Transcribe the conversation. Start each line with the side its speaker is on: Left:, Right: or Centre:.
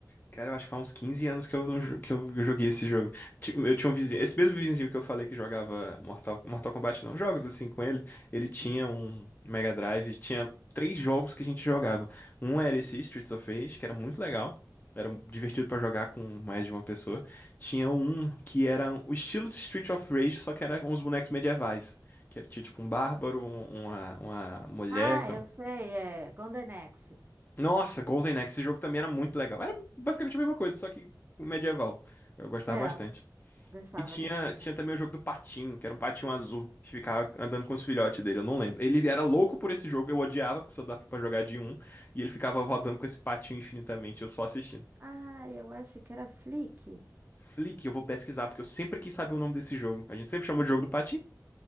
Left: Cara, eu acho que faz uns 15 anos que eu não jo- que eu joguei esse jogo. Ti- Eu tinha um vizinho, esse mesmo vizinho que eu falei que jogava Mortal, Mortal Kombat, não, jogos assim com ele, ele tinha um Mega Drive, tinha três jogos que a gente jogava. Um era esse Streets of Rage, que era muito legal, era divertido pra jogar com mais de uma pessoa. Tinha um que era o estilo de Streets of Rage, só que era uns bonecos medievais, que era tinha, tipo um bárbaro, um- uma, uma mulher,
Right: Ah, eu sei, é Gondenex.
Left: nossa, Golden Axe, esse jogo também era muito legal. Era basicamente a mesma coisa, só que medieval. Eu gostava
Right: É,
Left: bastante.
Right: gostava
Left: E tinha,
Right: também muito.
Left: tinha também o jogo do patinho, que era um patinho azul, que ficava andando com os filhotes dele, eu não lembro. Ele era louco por esse jogo, eu odiava, porque só dava pra jogar de um, e ele ficava rodando com esse patinho infinitamente, eu só assistindo.
Right: Ah, eu acho que era Flick.
Left: Flick, eu vou pesquisar, porque eu sempre quis saber o nome desse jogo. A gente sempre chamou de jogo do patinho.